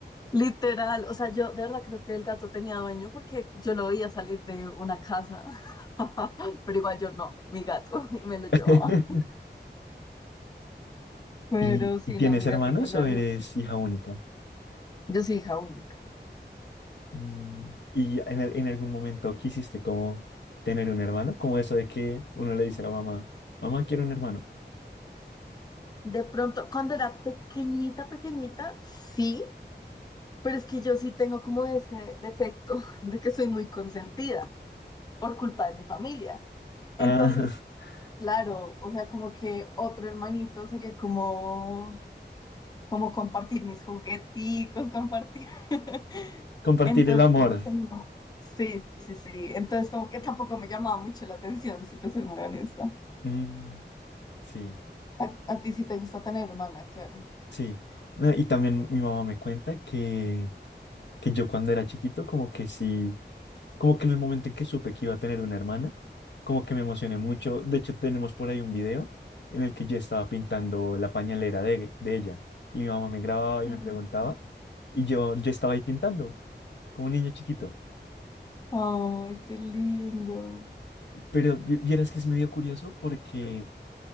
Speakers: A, on the left; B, on the left.
A: Literal. O sea, yo de verdad creo que el gato tenía dueño porque yo lo veía salir de una casa. <laughs> Pero igual yo no, mi gato <laughs> y me lo llevaba.
B: <laughs>
A: Pero
B: ¿Y,
A: sí,
B: y tienes
A: no, mi
B: hermanos
A: gatico largo,
B: o eres
A: sí.
B: hija única?
A: Yo soy hija única.
B: Mm, ¿Y en, al- en algún momento quisiste como tener un hermano? Como eso de que uno le dice a la mamá, mamá, quiero un hermano.
A: De pronto, cuando era pequeñita, pequeñita, sí, pero es que yo sí tengo como ese defecto <laughs> de que soy muy consentida por culpa de mi familia.
B: Ah,
A: Entonces,
B: <laughs>
A: claro, o sea, como que otro hermanito sería como, como compartir mis jugueticos, compartir. <laughs>
B: compartir
A: Entonces,
B: el amor.
A: como que no. Sí, sí, sí. Entonces, como que tampoco me llamaba mucho la atención, si te soy muy honesta.
B: Mm, sí,
A: A, a ti sí te gusta tener hermana, claro.
B: sí. No, y también mi mamá me cuenta que, que yo cuando era chiquito como que sí como que en el momento en que supe que iba a tener una hermana, como que me emocioné mucho. De hecho, tenemos por ahí un video en el que yo estaba pintando la pañalera de, de ella y mi mamá me grababa
A: Sí.
B: y me preguntaba y yo, yo estaba ahí pintando como un niño chiquito.
A: Ay, qué lindo.
B: Pero vi- vieras que es medio curioso porque